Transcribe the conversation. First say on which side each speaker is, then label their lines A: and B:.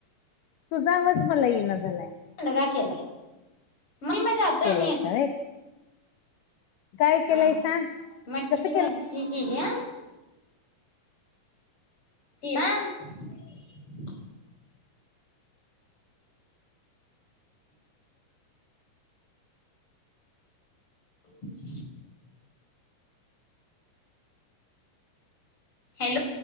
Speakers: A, on the left (about 75°); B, on the left (about 40°).
A: तुझा आवाज मला येईना झालाय.
B: ला <unintelligible> मैं म जाते
A: केलायसा
B: आणि येत,
A: व्हय काय केलायसा
B: हा मटकीची
A: कसं केलाय
B: भाजी केली. या, <unintelligible> <inaudible> हॅलो.